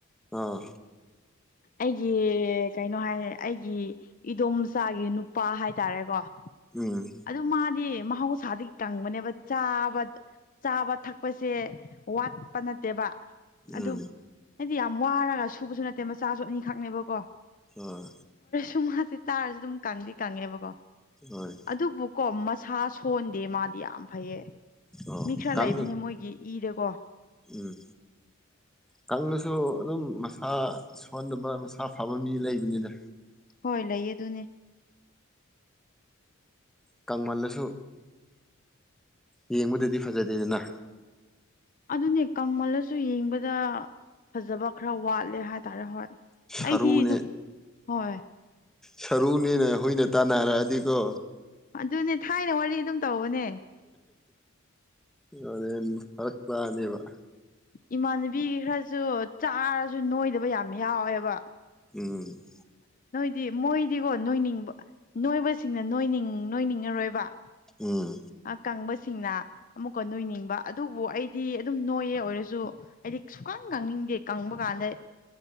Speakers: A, in the centre; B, on the left (about 40°).
A: ꯑꯥ
B: ꯑꯩꯒꯤ ꯀꯩꯅꯣ ꯍꯥꯏ ꯑꯩꯒꯤ ꯏꯗꯣꯝꯆꯥꯒꯤ ꯅꯨꯄꯥ ꯍꯥꯏꯇꯥꯔꯦꯀꯣ
A: ꯎꯝ
B: ꯑꯗꯨ ꯃꯥꯗꯤ ꯃꯍꯧꯁꯥꯗꯒꯤ ꯀꯪꯕꯅꯦꯕ ꯆꯥꯕ ꯆꯥꯕ ꯊꯛꯄꯁꯦ ꯋꯥꯠꯄ ꯅꯠꯇꯦꯕ
A: ꯎꯝ
B: ꯑꯗꯨꯝ ꯍꯥꯏꯗꯤ ꯌꯥꯝ ꯋꯥꯔꯒ ꯁꯨꯕꯁꯨ ꯅꯠꯇꯦ ꯃꯆꯥꯁꯨ ꯑꯅꯤꯈꯛꯅꯦꯕꯀꯣ
A: ꯑ
B: ꯁꯨꯝ ꯃꯥꯁꯦ ꯇꯥꯔꯁꯨ ꯑꯗꯨꯝ ꯀꯪꯗꯤ ꯀꯪꯉꯦꯕꯀꯣ
A: ꯍꯣꯏ
B: ꯑꯗꯨꯕꯨꯀꯣ ꯃꯁꯥ ꯁꯣꯟꯗꯦ ꯃꯥꯗꯤ ꯌꯥꯝ ꯐꯩꯌꯦ
A: ꯑꯣ
B: ꯃꯤ ꯈꯔ
A: ꯀꯪ
B: ꯂꯩꯕꯅꯤ ꯃꯣꯏꯒꯤ ꯏꯔꯦꯀꯣ
A: ꯎꯝ ꯀꯅꯁꯨ ꯑꯗꯨꯝ ꯃꯁꯥ ꯁꯣꯟꯗꯕ ꯃꯁ ꯁꯥ ꯐꯕ ꯃꯤ ꯂꯩꯕꯅꯤꯗ
B: ꯍꯣꯏ ꯂꯩꯌꯦ ꯑꯗꯨꯅꯦ
A: ꯀꯃꯜꯂꯁꯨ ꯌꯦꯡꯕꯗꯗꯤ ꯐꯖꯗꯦꯗꯅ
B: ꯑꯗꯨꯅꯦ ꯀꯪꯃꯜꯂꯁꯨ ꯌꯦꯡꯕꯗ ꯐꯖꯕ ꯈꯔ ꯋꯥꯠꯂꯦ ꯍꯥꯏꯇꯥꯔꯦ ꯍꯣꯏ
A: ꯁꯔꯨꯅꯦ
B: ꯑꯩꯗꯤ ꯑꯗꯨꯝ ꯍꯣꯏ
A: ꯁꯔꯨꯅꯦꯅ ꯍꯨꯏꯅ ꯇꯥꯟꯅꯔꯛꯑꯗꯤꯀꯣ
B: ꯑꯗꯨꯅꯦ ꯊꯥꯏꯅ ꯋꯥꯔꯤ ꯑꯗꯨꯝ ꯇꯧꯕꯅꯦ
A: ꯑꯗꯦꯟ ꯐꯔꯛꯋꯥꯅꯤꯕ
B: ꯏꯃꯥꯟꯅꯕꯤꯒꯤ ꯈꯔꯁꯨ ꯆꯥꯔꯁꯨ ꯅꯣꯏꯗꯕ ꯌꯥꯝ ꯌꯥꯎꯋꯦꯕ
A: ꯎꯝ
B: ꯗꯤ ꯃꯣꯏꯗꯤꯀꯣ ꯅꯣꯏꯅꯤꯡꯕ ꯅꯣꯏꯕꯁꯤꯡꯅ ꯅꯣꯏꯅꯤꯡ ꯅꯣꯏꯅꯤꯡꯉꯔꯣꯏꯕ
A: ꯎꯝ
B: ꯑ ꯀꯪꯕꯁ ꯁꯤꯡꯅ ꯑꯃꯨꯛꯀ ꯅꯣꯏꯅꯤꯡꯕ ꯑꯗꯨꯕꯨ ꯑꯩꯗꯤ ꯑꯗꯨꯝ ꯅꯣꯏꯌꯦ ꯑꯣꯏꯔꯁꯨ ꯑꯩꯗꯤ ꯁꯨꯀꯥꯟ ꯀꯥꯡꯅꯤꯡ ꯀꯪꯕ ꯀꯥꯟꯗ